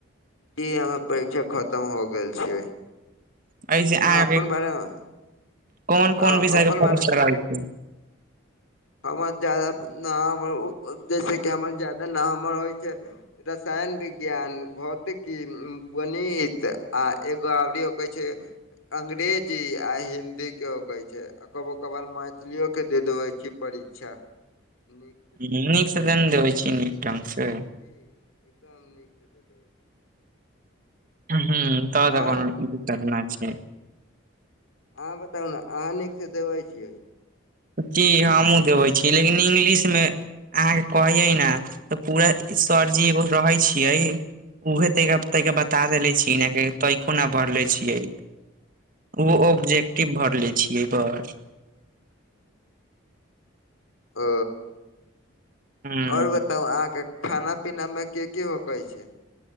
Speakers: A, on the left; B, on the right.
A: जी हमे परीक्षा खतम हो गेल छै।
B: ऐसे
A: अहाँ
B: अहाँके
A: अपन बारे मे
B: कोन कोन
A: आ
B: विषय
A: अपन
B: के परीक्षा
A: बारे
B: रहल छी?
A: हमर जादा न हमर जैसे कि हमर जादा न हमर होइ छै। रसायन विज्ञान, भौतिकी, गणित आ एगो आबरी कहै छै अंग्रेजी आ हिन्दी के हो कहै छै आ कबो कबार मैथिलियोक के दे देबै छी परीक्षा। नीक
B: ह
A: हो
B: नीकसँ
A: जाइ
B: देन
A: छै
B: देवे छी नीक ढंगसँ।
A: जी एकदम नीक से दे देबै छी।
B: हू तब
A: अहाँ
B: तऽ कोनो दिक्कत नहि छै।
A: अहाँ बताउ न अहाँ नीकसँ देबै छियै।
B: की हमहूँ देबै छी लेकिन इंग्लिश में अहाँके कहैयै ने तऽ पूरा सरजी एगो रहै छियै उहे तै तैय के बता
A: जी
B: देले छी न पै कोना भरले छियै ओ ऑब्जेक्टिव
A: ओ
B: भरले छियै बस।
A: आ
B: हूँ
A: और बताउ अहाँके खाना पीना में कि कि होके छै?